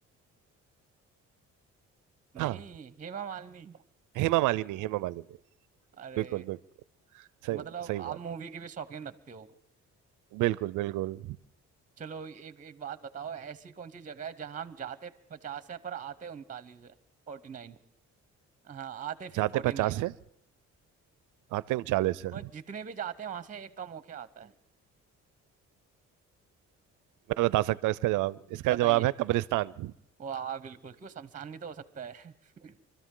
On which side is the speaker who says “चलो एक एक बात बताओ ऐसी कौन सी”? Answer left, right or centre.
Right